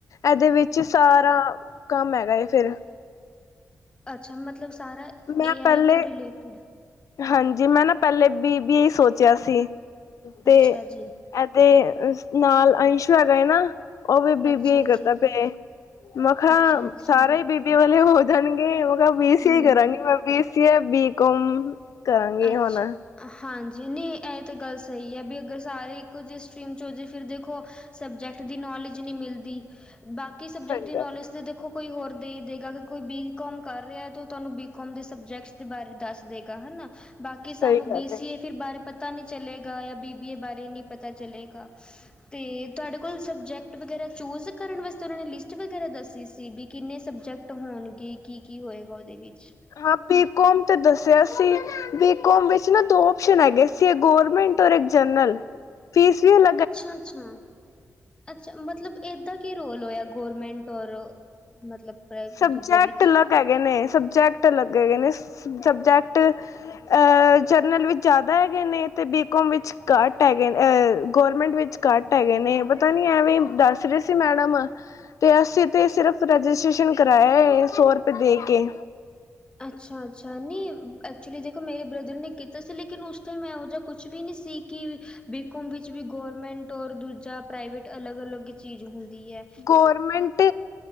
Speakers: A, on the left (about 70°); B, on the left (about 15°).
A: ਇਹਦੇ ਵਿੱਚ ਸਾਰਾ ਕੰਮ ਹੈਗਾ ਏ ਫੇਰ
B: ਅੱਛਾ ਮਤਲਬ ਸਾਰਾ
A: ਮੈਂ
B: ਏ ਆਈ
A: ਪਹਿਲੇ
B: ਤੋਂ ਰਿਲੇਟਿਡ
A: ਹਾਂਜੀ ਮੈਂ ਨਾ ਪੈਲੇ ਬੀ ਬੀ ਏ ਈ ਸੋਚਿਆ ਸੀ ਤੇ
B: ਅੱਛਾ ਜੀ।
A: ਐਦੇ ਨਾਲ ਅੰਸ਼ੂ ਹੈਗਾ ਏ ਨਾ ਓਹ ਵੀ ਬੀ
B: ਅੱਛਾ
A: ਬੀ ਏ ਕਰਦਾ
B: ਜੀ
A: ਪਿਆ ਏ ਮੈਖਾਂ
B: ਅੱਛਾ-ਅੱਛਾ
A: ਸਾਰੇ ਈ ਬੀ ਬੀ ਏ ਵਾਲੇ ਹੋ ਜਾਣਗੇ। ਮੈਂ ਬੀ ਸੀ
B: ਹੂੰ।
A: ਏ ਕਰਾਂਗੀ ਮੈਂ B C A, B com ਕਰਾਂਗੀ
B: ਅੱਛਾ
A: ਹੁਣ
B: ਹਾਂਜੀ ਨਈ ਐ ਤਾਂ ਗੱਲ ਸਈ ਐ ਬੀ ਅਗਰ ਸਾਰੇ ਇੱਕੋ ਜੇ ਸਟਰੀਮ 'ਚ ਹੋ ਜੇ ਫਿਰ ਦੇਖੋ ਸਬਜੈਕਟ ਦੀ ਨੌਲੇਜ ਨੀਂ ਮਿਲਦੀ, ਬਾਕੀ ਸਬਜੈਕਟ
A: ਸਹੀ
B: ਦੀ
A: ਗੱਲ
B: ਨੌਲੇਜ
A: ਏ
B: ਤੇ ਦੇਖੋ ਕੋਈ ਹੋਰ ਦੇ ਈ ਦੇਗਾ। ਕੋਈ ਬੀਕੋਮ ਕਰ ਰਿਐ ਤੋ ਤੁਆਨੂੰ ਬੀਕੌਮ ਦੇ ਸਬਜੈਕਟਸ ਦੇ ਬਾਰੇ ਦੱਸ ਦੇਗਾ, ਹਨਾ। ਬਾਕੀ ਸਾਨੂੰ
A: ਸਹੀ ਗੱਲ
B: ਬੀ ਸੀ ਏ ਫਿਰ ਬਾਰੇ ਪਤਾ ਨੀਂ ਚਲੇਗਾ ਯਾ ਬੀ ਬੀ ਏ ਬਾਰੇ ਨੀਂ ਪਤਾ ਚਲੇਗਾ। ਆ ਤੇ ਤੁਆਡੇ ਕੋਲ ਸਬਜੈਕਟ ਵਗੈਰਾ ਚੂਜ਼ ਕਰਨ ਵਾਸਤੇ ਓਨਾਂ ਨੇ ਲਿਸਟ ਵਗੈਰਾ ਦੱਸੀ ਸੀ ਵੀ ਕਿੰਨੇ ਸਬਜੈਕਟ ਹੋਨਗੇ। ਕੀ-ਕੀ ਹੋਏਗਾ ਓਦੇ ਵਿੱਚ।
A: ਹਾਂ ਬੀ ਕੌਮ ਤੇ ਦੱਸਿਆ ਸੀ। ਬੀਕੌਮ ਵਿੱਚ ਨਾ ਦੋ ਓਸ਼ਨ ਹੈਗੇ ਸੀ ਏਕ ਗੋਰਮੈਂਟ ਔਰ ਇੱਕ ਜਨਰਲ। ਫੀਸ ਵੀ ਉਨ
B: ਅੱਛਾ-ਅੱਛਾ। ਅੱਛਾ, ਮਤਲਬ ਏਦਾ ਕੀ ਰੋਲ ਹੋਇਆ ਗੋਰਮੈਂਟ ਔਰ ਮਤਲਬ।
A: ਸਬਜੈਕਟ
B: ਦੂਜੇ ਵਿੱਚ
A: ਅਲੱਗ ਹੈਗੇ ਨੇ, ਸਬਜੈਕਟ ਅਲੱਗ ਹੈਗੇ ਨੇ, ਸਬਜੈਕਟ। ਅ-ਜਰਨਲ ਵਿੱਚ ਜ਼ਾਦਾ ਹੈਗੇ ਨੇ ਤੇ ਬੀਕੋਮ ਵਿੱਚ ਘੱਟ ਹੈਗੇ ਨੇ, ਗੋਰਮੈਂਟ ਵਿੱਚ ਘੱਟ ਹੈਗੇ ਨੇ। ਪਤਾ ਨੀ ਐਵੇਂ ਦੱਸ ਰੇ ਸੀ ਮੈਡਮ। ਤੇ ਅਸੀਂ ਤੇ ਸਿਰਫ ਰਜਿਸਟ੍ਰੇਸ਼ਨ ਕਰਾਯਾ ਏ ਸੌ ਰਪਏ ਦੇ ਕੇ।
B: ਅੱਛਾ-ਅੱਛਾ! ਨੀਂ ਐਕਚੁਲੀ ਦੇਖੋ ਮੇਰੇ ਬ੍ਰਦਰ ਨੇ ਕੀਤਾ ਸੀ ਲੇਕਿਨ ਉਸ ਟਾਈਮ ਇਹੋ ਜਾ ਕੁਛ ਵੀ ਨੀ ਸੀ। ਕਿ ਬੀਕੋਮ ਵਿੱਚ ਵੀ ਗੌਰਮੈਂਟ ਔਰ ਦੂਜਾ ਪ੍ਰਾਈਵੇਟ ਅਲੱਗ ਅਲੱਗ ਚੀਜ਼ ਹੁੰਦੀ ਐ।
A: ਗੌਰਮੈਂਟ